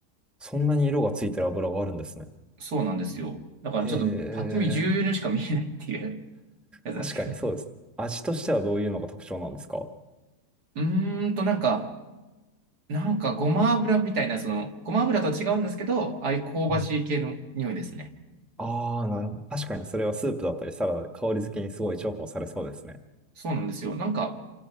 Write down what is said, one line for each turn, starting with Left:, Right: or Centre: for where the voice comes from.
Centre: そんなに色がついてる油があるんですね。
Right: そうなんですよ。だからちょっとパッと見重要にしか見えないっていう
Centre: へえ、
Right: <laughs> やつなんですけど。
Centre: 確かにそうです。味としてはどういうのが特徴なんですか
Right: うーんと、なんか、なんかごま油みたいな、その、ごま油とは違うんですけど、ああいう香ばしい系の匂いですね。
Centre: はい。ああ、なるほど。確かにそれはスープだったりサラダで香り付けにすごい重宝されそうですね。
Right: そうなんですよ。なんか、